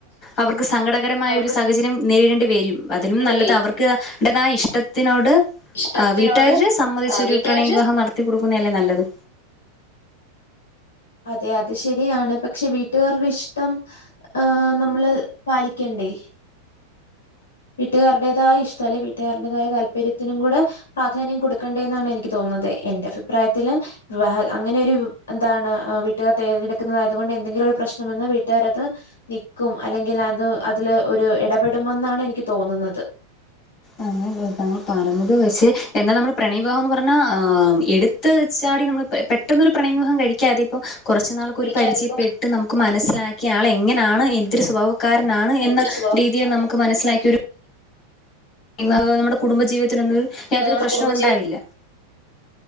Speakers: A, on the left; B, on the left.
A: അവർക്ക് സങ്കടകരമായ
B: അവർക്ക്
A: ഒരു സാഹചര്യം നേരിടേണ്ടി വെരും അതിലും
B: വേണ്ടി
A: നല്ലത്
B: വരും
A: അവർ ക്ക് ടതായ ഇഷ്ടത്തിനോട്
B: ഇഷ്ടത്തിനോട്
A: ആ വീട്ടുകാര് സംമ്മതിച്ചൊരു
B: വീട്ടുകാര്
A: പ്രണയ വിവാഹം നട ത്തി കൊടുക്കുന്നയല്ലേ നല്ലത്.
B: അതെ അത് ശരിയാണ് പക്ഷെ വീട്ടുകാരുടെ ഇഷ്ടം ഏഹ് നമ്മള് പാലിക്കണ്ടേ? വീട്ടുകാരുടേതായ ഇഷ്ട്ടം അല്ലെ വീട്ടുകാരുടേതായ താല്പര്യത്തിനും കൂടെ പ്രാധാന്യം കൊടുക്കണ്ടേ എന്നാണ് എനിക്ക് തോന്നുന്നത് എന്റെ അഫിപ്രായത്തില് വിവാഹ അങ്ങനെ ഒരു എന്താണ് അ വീട്ടുകാർ തരഞ്ഞെടുക്കുന്നത് ആയതുകൊണ്ട് എന്തെങ്കിലും ഒരു പ്രശ്നം വന്ന വീട്ടുകാരത് നിക്കും അല്ലെങ്കിലത് അതിലൊരു ഇടപെടുമെന്നാണ് എനിക്ക് തോന്നുന്നത്.
A: അങനെ അല്ല താങ്കൾ പറഞ്ഞത് പഷേ എന്നാ നമ്മള് പ്രണയ വിവാഹം എന്ന് പറഞ്ഞാ എടു ടുത്ത് ചാടി നമ്മള് പെട്ടെന്നൊരു പ്രണയവിവാഹം കഴിക്കാതെ ഇപ്പോ കുറച് നാള് ക്കൊരു
B: എനിക്കതിപ്പോ
A: പരിചയപ്പെട്ട് നമുക്ക് മനസ്സിലാക്കി ആള് എങ്ങനാണ് എന്തൊരു സ്വഭാവ ക്കാരനാണ് എന്ന
B: എന്തൊരു സ്വഭാവ
A: രീതിയിൽ നമുക്ക് മനസ്സിലാക്കിയൊരു വിവാഹോ നമ്മുടെ കുടുംബജീവിതത്തിനൊന്നും യാതൊരു
B: നമ്മുടെ
A: പ്രശ്നവും
B: കുടുംബജീവി
A: ഉണ്ടാവില്ല